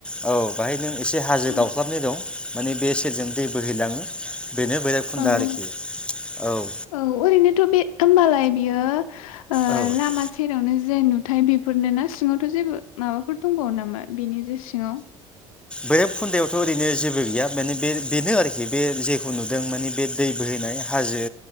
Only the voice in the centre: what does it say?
औ। औ बाहाय नों एसे हाजो
दावख्लाबनाय दं। माने बे सेरजों दै बोहैलाङो। बेनो भैराबखुन्दा
आरोखि औ ओ
औ ओहो
भैर'ब खुन्दायावथ' ओरैनो जेबो गैया माने बे बेनो आरोखि बे जेखौ नुदों माने बे दै बोहैनाय हाजो